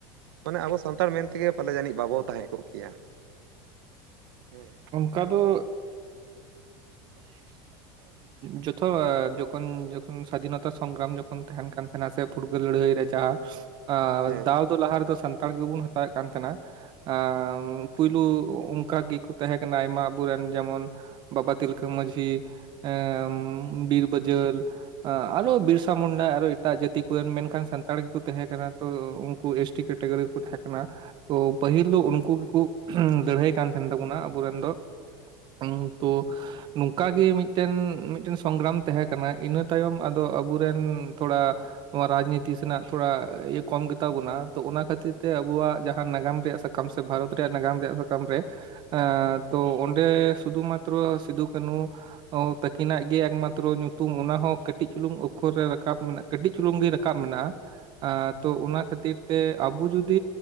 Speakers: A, on the right (about 85°); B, on the right (about 40°).
A: ᱢᱟᱱᱮ ᱟᱵᱚ ᱥᱟᱱᱛᱟᱲ ᱢᱮᱱ ᱛᱮᱜᱮ ᱯᱟᱞᱮ ᱡᱟᱹᱱᱤᱡ ᱵᱟᱵᱚ ᱛᱟᱦᱮᱸ ᱠᱚᱜ ᱠᱮᱭᱟ᱾ ᱦᱮᱸ᱾
B: ᱠᱟ ᱫᱚ ᱡᱚᱛᱚ ᱡᱚᱠᱷᱚᱱ ᱡᱚᱠᱷᱚᱱ ᱥᱟᱫᱷᱤᱱᱚᱛᱟ ᱥᱚᱝᱜᱨᱟᱢ ᱡᱚᱠᱷ ᱠᱷᱚᱱ ᱛᱟᱦᱮᱱ ᱠᱟᱱ ᱛᱟᱦᱮᱸᱱᱟ ᱥᱮ ᱯᱷᱩᱴᱜᱟᱹ ᱞᱟᱹᱲᱦᱟᱹᱭ ᱨᱮ ᱡᱟᱦᱟᱸ ᱟ
A: ᱦᱮᱸ
B: ᱫᱟᱣ ᱫᱚ ᱞᱟᱷᱟ ᱨᱮ ᱫᱚ ᱥᱟᱱᱛᱟᱲ ᱜᱮᱵᱚᱱ ᱦᱟᱛᱟᱣᱮᱫ ᱠᱟᱱ ᱛᱟᱦᱮᱸᱱᱟ ᱟᱸ ᱯᱩᱭᱞᱩ ᱩᱱᱠ ᱚᱱᱠᱟ ᱜᱮᱠᱚ ᱛᱟᱦᱮᱸ ᱠᱟᱱᱟ ᱟᱭᱢᱟ ᱟᱵᱚᱨᱮᱱ ᱡᱮᱢᱚᱱ ᱵᱟᱵᱟ ᱛᱤᱞᱠᱟᱹ ᱢᱟᱺᱡᱷᱤ᱾ ᱮᱸ ᱵᱤᱨ ᱵᱟᱹᱡᱟᱹᱟᱞ᱾ ᱟᱸ ᱟᱨᱚ ᱵᱤᱨᱥᱟ ᱢᱩᱱᱰᱟ ᱟᱨᱚ ᱮᱴᱟᱜ ᱡᱟᱹᱛᱤ ᱠᱚᱨᱮᱱ, ᱢᱮᱱᱠᱷᱟᱱ ᱥᱟᱱᱛᱟᱲ ᱜᱮᱠᱚ ᱛᱟᱦᱮᱸ ᱠᱟᱱᱟ ᱛᱚ ᱩᱱᱠᱩ ᱮᱥᱴ ᱴᱤ ᱠᱮᱴᱟᱜᱚᱤ ᱜᱮᱠᱚ ᱛᱟᱦᱮᱸ ᱠᱟᱱᱟ ᱛᱚ ᱯᱟᱹᱦᱤᱞ ᱫᱚ ᱩᱱᱠᱩ ᱜᱮᱠᱚ ᱞᱟᱹᱲᱦᱟᱹᱭ ᱠᱟᱱ ᱛᱟᱦᱮᱱ ᱛᱟᱵᱚᱱᱟ ᱟᱵᱚᱨᱮᱱ ᱫᱚ ᱩᱸ ᱛᱳ ᱱᱚᱝᱠᱟᱟᱜᱮ ᱢᱤᱫᱴᱮᱱ, ᱢᱤᱫᱴᱮᱱ ᱥᱚᱝᱜᱨᱟᱢ ᱛᱟᱦᱮᱸ ᱠᱟᱱᱟ᱾ ᱤᱱᱟᱹ ᱛᱟᱭᱚᱢ ᱟᱫᱚ ᱟᱵᱚᱨᱮᱱ ᱛᱷᱚᱲᱟ ᱱᱚᱣᱟ ᱨᱟᱡᱽᱱᱤᱛᱤ ᱥᱮᱱᱟᱜ ᱛᱷᱚᱲᱟ ᱤᱭᱟᱹ ᱠᱚᱢ ᱜᱮᱛᱟ ᱵᱚᱱᱟ᱾ ᱛᱚ ᱚᱱᱟ ᱠᱷᱟᱹᱛᱤᱨ ᱛᱮ ᱟᱵᱚᱣᱟᱜ ᱡᱟᱦᱟᱸ ᱱᱟᱜᱟᱢ ᱨᱮᱭᱟᱜ ᱥᱟᱠ ᱠᱟᱢ ᱥᱮ ᱵᱷᱟᱨᱚᱛ ᱨᱮᱭᱟᱜ ᱱᱟᱜᱟᱢ ᱨᱮᱭᱟᱜ ᱥᱟᱠᱟᱢ ᱨᱮ᱾ ᱮᱸ ᱛᱚ ᱚᱱᱰᱮ ᱥᱩᱫᱩ ᱢᱟᱛᱨᱚ ᱥᱤᱫᱷᱩ ᱠᱟᱹᱱᱩ ᱚᱶ ᱛᱟᱹᱠᱤᱱᱟᱜ ᱜᱮ ᱮᱠᱢᱟᱛᱨᱚ ᱧᱩᱛᱩᱢ, ᱚᱱᱟᱦᱚᱸ ᱠᱟᱹᱴᱤᱡ ᱪᱩᱞᱩᱝ ᱚᱠᱠᱷᱚᱨ ᱨᱮ ᱨᱟᱠᱟᱵ ᱢᱮᱱᱟᱜ ᱠᱟᱹᱴᱤᱡ ᱪᱩᱞᱩᱝ ᱜᱮ ᱨᱟᱠᱟᱵ ᱢᱮᱱᱟᱜᱼᱟ᱾ ᱟ ᱛᱳ ᱚᱱᱟ ᱠᱷᱟᱹᱛᱤᱨ ᱛᱮ ᱟᱵᱚ ᱡᱩᱫᱤ